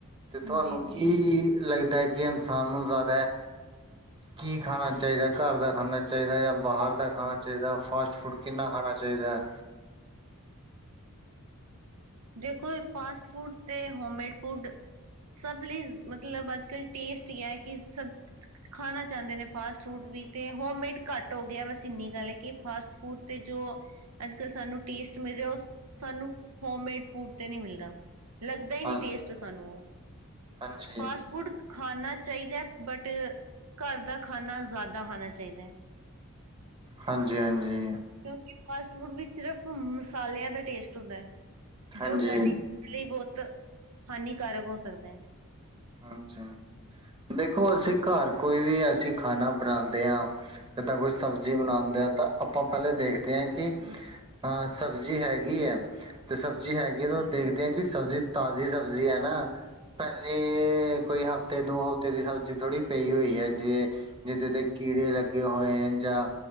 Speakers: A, on the right; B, on the right.
A: ਤੇ ਤੁਹਾਨੂੰ
B: ਜੀ ਜੀ
A: ਕੀ ਲੱਗਦਾ ਹੈ ਕਿ ਇਨਸਾਨ ਨੂੰ ਜ਼ਿਆਦਾ ਕੀ ਖਾਣਾ ਚਾਹੀਦਾ ਘਰ ਦਾ ਖਾਣਾ ਚਾਹੀਦਾ ਜਾਂ ਬਾਹਰ ਕਿੰ ਦਾ ਖਾਣਾ ਚਾਹੀਦਾ ਫਾਸਟ ਫੂਡ ਕਿੰਨਾ ਖਾਣਾ ਚਾਹੀਦਾ
B: ਦੇਖੋ ਫਾਸਟ ਫੂਡ ਤੇ ਹੋਮਮੇਡ ਫੂਡ ਸਭ ਲਈ ਮਤਲਬ ਅੱਜ ਕੱਲ ਟੇਸਟ ਕਿ ਸਭ ਖਾਨਾ ਚਾਹੁੰਦੇ ਨੇ ਫਾਸਟ ਫੂਡ ਵੀ ਅਤੇ ਹੋਮੇਡ ਘੱਟ ਗਿਆ ਬਸ ਇੰਨੀ ਗੱਲ ਹੈ ਕਿ ਫਾਸਟ ਫੂਡ ਤੇ ਜੋ ਅੱਜ ਕੱਲ੍ਹ ਸਾਨੂੰ ਟੇਸਟ ਮਿਲ ਉਹ ਸਾਨੂੰ ਹੋਮ ਮੇਡ ਫੂਡ ਤੇ ਨਹੀ ਮਿਲਦਾ ਲੱਗਦਾ ਹੀ ਨਹੀ
A: ਹਾਂ
B: ਟੇਸਟ ਸਾਨੂੰ ਉਹ
A: ਹਾਂਜੀ
B: ਫਾਸਟ ਫੂਡ ਖਾਨਾ ਚਾਹੀਦਾ ਬਟ ਘਰ ਦਾ ਖਾਨਾ ਜ਼ਿਆਦਾ ਖਾਣਾ ਚਾਹੀਦਾ ਹੈ-
A: ਹਾਂਜੀ ਹਾਂਜੀ
B: ਕਿਉਂਕਿ ਫਾਸਟ ਫੂਡ ਵਿੱਚ ਸਿਰਫ ਮਸਾਲਿਆਂ ਦਾ ਟੇਸਟ ਹੁੰਦੈ ਹੈ
A: ਹਾਂਜੀ
B: ਜੋ ਸਾਡੇ ਲਈ ਬਹੁਤ ਹਾਨੀਕਾਰਕ ਹੋ ਸਕਦਾ ਹੈ
A: ਅੱਛਾ ਦੇਖੋ ਅਸੀਂ ਘਰ ਕੋਈ ਵੀ ਅਸੀਂ ਖਾਣਾ ਬਣਾਦੇ ਹਾਂ ਜਿੱਦਾਂ ਕੋਈ ਸਬਜ਼ੀ ਬਣਾਉਂਦੇ ਆ ਤਾਂ ਆਪਾਂ ਪਹਿਲੇ ਦੇਖਦੇ ਕਿ ਅਹ
B: ਹਾਂਜੀ,
A: ਸਬਜ਼ੀ ਹੈਗੀ ਹੈ ਤੇ ਸਬਜ਼ੀ ਹੈਗੀ ਹੈ ਤੇ
B: ਹਾਂਜੀ,
A: ਦੇਖਦੇ ਹਾਂ ਕਿ ਸਬਜ਼ੀ ਤਾਜ਼ੀ ਸਬਜ਼ੀ ਹੈ ਨਾ ਪਹਿਲੇ ਤੇ ਕੋਈ ਹਫ਼ਤੇ ਦੋ ਹਫ਼ਤੇ ਦੀ ਸਬਜ਼ੀ ਥੋੜ੍ਹੀ ਪਈ ਹੋਈ ਹੈ ਜੇ ਜਿੱਦ ਦੇ ਕੀੜੇ ਲੱਗੇ ਹੋਏ ਜਾਂ